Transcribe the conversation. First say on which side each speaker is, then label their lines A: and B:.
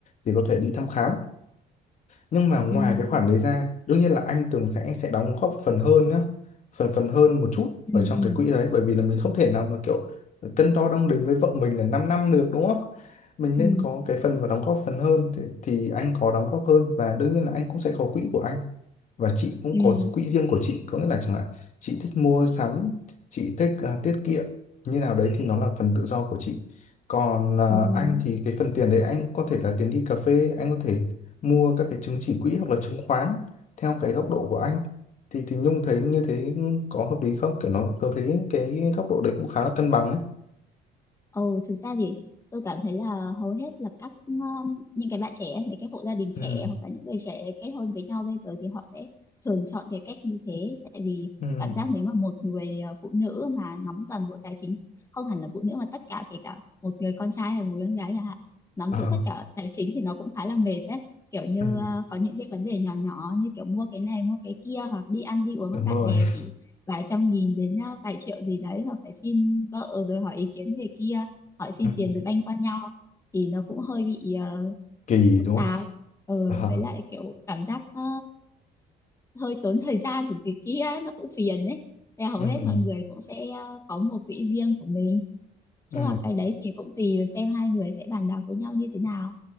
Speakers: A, on the left; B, on the left.
A: thì có thể đi thăm khám nhưng mà ngoài
B: ừ
A: cái khoản đấy ra đương nhiên là anh Tường sẽ sẽ đóng góp phần hơn nhá phần phần hơn một chút
B: ừ
A: ở trong
B: ừ
A: cái quỹ đấy bởi vì là mình không thể nào mà kiểu cân đo đong đếm với vợ mình là 5 năm năm được đúng không mình
B: ừ
A: nên
B: ừ ừ
A: có cái phần và đóng góp phần hơn thì, thì anh có đóng góp hơn và đương nhiên là anh cũng sẽ có quỹ của anh và chị cũng
B: ừ,
A: có quỹ riêng của chị có nghĩa là chẳng hạn chị thích mua sắm chị thích à, tiết kiệm như nào đấy thì nó là phần tự do của chị còn à,
B: ừ, ừ, ừ.
A: anh thì cái phần tiền đấy anh có thể là tiền đi cà phê anh có thể mua các cái chứng chỉ quỹ hoặc là chứng khoán theo cái góc độ của anh thì thì Nhung thấy như thế có hợp lý không kiểu nó tôi thấy cái góc độ đấy cũng khá là cân bằng ấy
B: ồ thực ra thì tôi cảm thấy là hầu hết là các um, những cái bạn trẻ mấy cái hộ gia đình trẻ
A: ừ
B: hoặc là những người trẻ kết hôn với nhau bây giờ thì họ sẽ thường chọn cái cách như thế tại vì
A: ừ
B: cảm giác nếu mà một người ờ, phụ nữ mà nắm toàn bộ tài chính không hẳn là phụ nữ mà tất cả kể cả một người con trai hay một người con gái chẳng hạn nắm
A: Ờ.
B: giữ tất cả tài chính thì nó cũng khá là mệt đấy kiểu như
A: ừ
B: ờ, có những cái vấn đề nhỏ nhỏ như kiểu mua cái này mua cái kia hoặc đi ăn đi uống
A: đúng
B: với bạn
A: rồi
B: bè
A: <laughs>
B: chỉ vài trăm nghìn đến ờ, vài triệu gì đấy mà phải xin vợ rồi hỏi ý kiến người kia hỏi xin
A: ừ.
B: tiền rồi banh qua nhau thì nó cũng hơi bị ờ,
A: kỳ
B: phức
A: đúng
B: tạp
A: không
B: ừ,
A: <laughs> Ờ.
B: với lại kiểu cảm giác ờ, hơi tốn thời gian của người kia nó cũng phiền đấy là hầu
A: ừ
B: hết mọi người cũng sẽ ờ, có một quỹ riêng của mình chứ
A: ừ
B: mà cái đấy thì cũng tùy vào xem hai người sẽ bàn bạc với nhau như thế nào